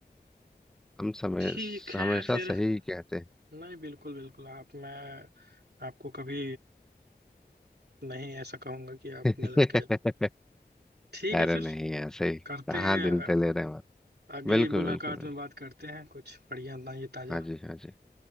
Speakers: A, in the centre; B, on the right.
A: हम समय
B: ठीक है
A: हमेशा
B: फिर
A: सही कहते
B: नहीं बिल्कुल बिल्कुल आप मैं आपको कभी नहीं ऐसा कहूंगा कि आप
A: हैं <laughs>
B: गलत कह रहे हो। ठीक है
A: अरे
B: फिर
A: नहीं ऐसे ही कहाँ
B: करते हैं
A: दिल पे
B: अ,
A: ले रहे हैं बात
B: अगली
A: बिल्कुल
B: मुलाकात
A: बिल्कुल बिल्कुल
B: में बात करते हैं कुछ बढ़िया ना ये ताजा
A: हाँ जी हाँ जी